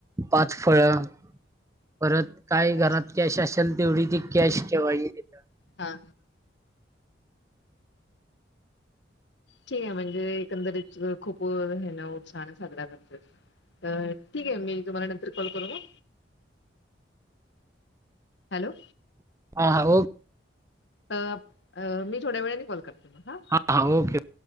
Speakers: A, on the right (about 15°); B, on the left (about 70°).
A: पाच फळं परत काय घरात
B: अच्छा
A: कॅश असेल तेवढी ती कॅश ठेवायची. तिथं
B: हा. ठीक आहे, म्हणजे एकंदरीत खूप हे ना उत्साहान साजरा करता. अ ठीक आहे, मी तुम्हाला नंतर कॉल करू मग? हॅलो
A: हा हा ओ
B: त अ मी थोड्या वेळानी कॉल करते मग हा.
A: हा-हा ओके.